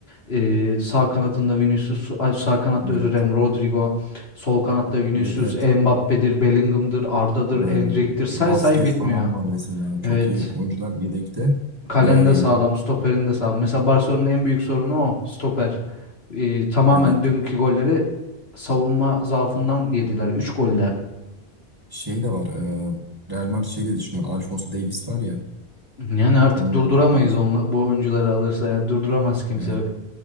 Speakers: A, on the left (about 65°); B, on the right (about 20°).
A: eee, sağ kanatında Vinicius, ay, sağ kanatta
B: evet.
A: özür dilerim Rodrigo, sol kanatta Vinicius,
B: Evet evet.
A: Mbappe'dir, Bellingham'dır, Arda'dır,
B: E,
A: Endrick'tir. Say
B: Vasquez
A: say bitmiyor.
B: falan var mesela. Çok
A: Evet.
B: iyi oyuncular yedekte.
A: Kalen
B: Brahim.
A: de sağlam, stoperin de sağlam. Mesela Barcelona'nın en büyük sorunu o, stoper. Ee, tamamen
B: Evet.
A: dünkü golleri savunma zaafından yediler Üç golde.
B: Şey de var. E, Real Madrid şey de düşünüyor. Alphonso Davies var ya.
A: Yani artık
B: Onu
A: durduramayız
B: da alabilir.
A: onla, bu oyuncuları alırsa ya durduramaz kimse
B: Evet.